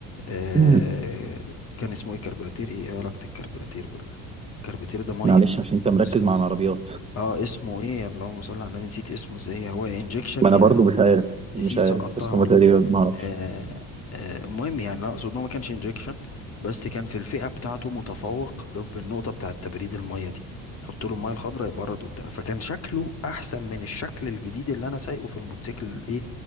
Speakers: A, on the left (about 45°); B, on the right (about 15°).
A: آه...
B: مم.
A: كان اسمه ايه كربوراتير ايه إيه علاقه الكربوراتير بال الكربوراتير ده ميه
B: معلش عشان أنت مركز
A: اسمه
B: مع العربيات
A: اه اسمه ايه اللهم صل على النبي نسيت اسمه ازاي هو انجكشن
B: ما
A: يا
B: أنا برضو مش عارف
A: نسيت
B: مش عارف
A: سقطتها
B: بس هما
A: والله
B: تقريبا ما أعرفش
A: آه آه المهم يعني لا اقصد إن هو ما كانش انجكشن بس كان في الفئه بتاعته متفوق ب- بالنقطه بتاعه تبريد الميه دي حط له الميه الخضراء يبرد وبتاع فكان شكله احسن من الشكل الجديد اللي انا سايقه في الموتوسيكل ايه